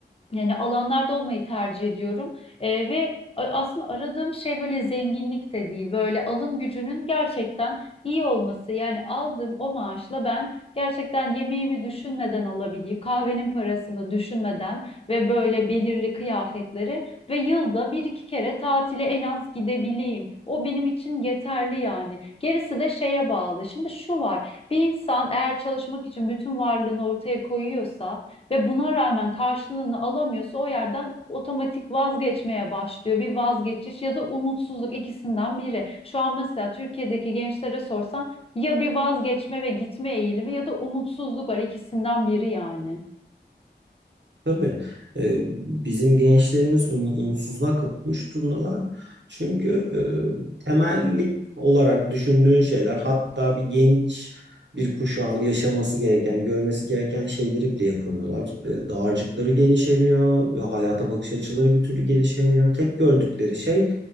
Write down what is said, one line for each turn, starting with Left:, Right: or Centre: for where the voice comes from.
Left: yani alanlarda olmayı tercih ediyorum. Eee, ve a- aslında aradığım şey böyle zenginlik de değil. Böyle alım gücünün gerçekten iyi olması. Yani aldığım o maaşla ben gerçekten yemeğimi düşünmeden alabileyim. Kahvenin parasını düşünmeden ve böyle belirli kıyafetleri ve yılda bir iki kere tatile en az gidebileyim. O benim için yeterli yani. Gerisi de şeye bağlı. Şimdi şu var. Bir insan eğer çalışmak için bütün varlığını ortaya koyuyorsa ve buna rağmen karşılığını alamıyorsa o yerden otomatik vazgeçmeye başlıyor. Bir vazgeçiş ya da umutsuzluk ikisinden biri. Şu an mesela Türkiye'deki gençlere sorsan ya bir vazgeçme ve gitme eğilimi ya da umutsuzluk var ikisinden biri yani.
Right: Tabii e, bizim gençlerimiz um- umutsuzluğa kapılmış durumdalar. Çünkü e, temellik olarak düşündüğün şeyler hatta bir genç bir kuşağın yaşaması gereken, görmesi gereken şeyleri bile yapamıyorlar. E, dağarcıkları genişlemiyor, hayata bakış açıları bir türlü gelişemiyor. Tek gördükleri şey